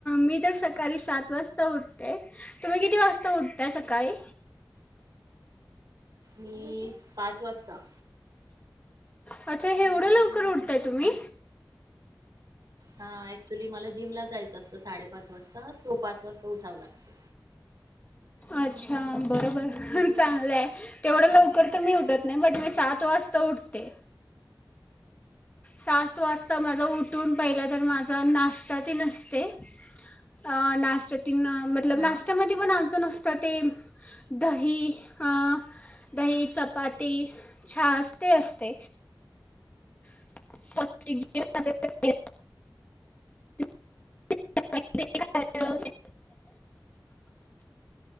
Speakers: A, on the left (about 20°); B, on the right (about 60°).
A: मी तर सकाळी सातग वाजता उठते. तुम्ही किती वाजता उठताय सकाळी?
B: मी पाच वाजता.
A: अच्छा एवढ्या लवकर उठताय तुम्ही?
B: हा ऍक्च्युली मला जिमला जायचं असतं साडेपाच वाजता. सो पाच वाजता उठाव लागत.
A: अच्छा बरोबर चांगलं आहे. तेवढं लवकर तर मी उठत नाही, बट मी सात वाजता उठते. सात वाजता मला उठून पहिलं तर माझा नाष्टा तेन असते अ नाष्टा तिन मतलप
B: हा
A: नाष्टामध्ये पण आमच नस तर ते दही, अ दही चपाती छाच ते असते. <unintelligible>